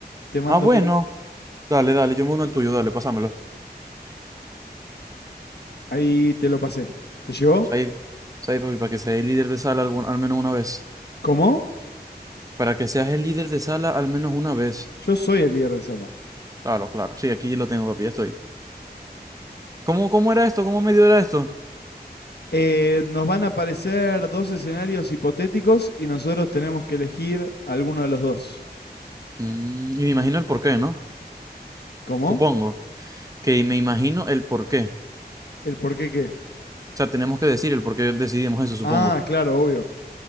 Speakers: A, on the left; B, on the right.
A: Te mando
B: Ah, bueno.
A: mi...
B: Dale, dale, yo me uno al tuyo, dale, pásamelo.
A: Ahí te lo pasé. ¿Te llegó?
B: Said, Said, papi, para que seas el líder de sala algún- al menos una vez.
A: ¿Cómo?
B: Para que seas el líder de sala al menos una vez.
A: Yo soy el líder de sala.
B: Claro, claro. Sí, aquí lo tengo, papi, ya estoy. ¿Cómo, cómo era esto? ¿Cómo medio era esto?
A: Eh, nos van a aparecer dos escenarios hipotéticos y nosotros tenemos que elegir alguno de los dos.
B: Mm, y me imagino el porqué, ¿no?
A: ¿Cómo?
B: Supongo. Que me imagino el porqué.
A: ¿El por qué qué?
B: O sea, tenemos que decir el por qué decidimos eso, supongo.
A: Ah, claro, obvio.